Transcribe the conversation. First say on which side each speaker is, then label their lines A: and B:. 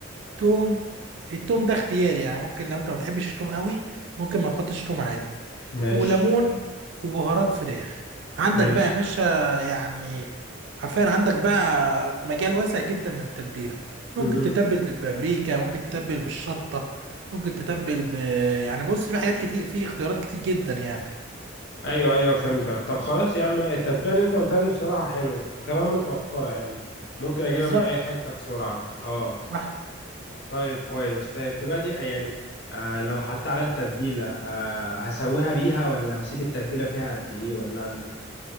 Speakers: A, on the right; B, on the left.
A: توم التوم ده اختياري يعني ممكن لو انت ما بتحبش التوم قوي ممكن ما تحطش توم عادي
B: ماشي
A: وليمون وبهارات فراخ عندك
B: ماشي
A: بقى يا باشا يعني حرفيا عندك بقى مجال واسع جدا من التتبيله ممكن
B: امم
A: تتبل بالبابريكا ممكن تتبل بالشطه ممكن تتبل ب يعني بص في حاجات كتير في اختيارات كتير جدا يعني
B: ايوه ايوه فهمتك طب خلاص يا عم لا، التتبيله اللي انت قلتها دي بصراحه حلوه وكمان متوفره يعني ممكن اجيبها
A: بالظبط
B: من اي حته بسرعه اه
A: صح
B: طيب كويس طيب دلوقتي آه، يعني آه لو حطيت على التتبيلة آه هسويها بيها ولا هسيب التتبيلة فيها قد ايه ولا اعمل ايه